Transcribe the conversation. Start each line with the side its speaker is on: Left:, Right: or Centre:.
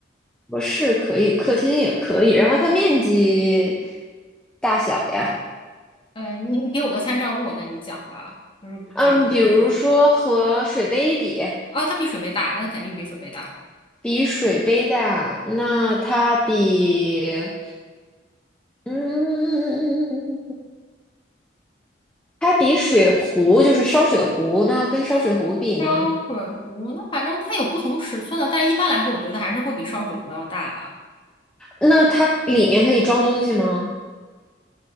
Centre: 我是可以，客厅也可以，然后它面积大小呀，
Left: 呃，你你给我个参照物，我跟你讲吧，就是感觉
Centre: 嗯，比如说和水杯比，
Left: 啊，它比水杯大，那肯定比水杯大。
Centre: 比水杯大，那它比，嗯，它比水壶，就是烧水壶，那跟烧水壶比呢？
Left: 烧水壶，那反正它有不同尺寸的，但一般来说，我觉得还是会比烧水壶要大吧。
Centre: 那它里面可以装东西吗？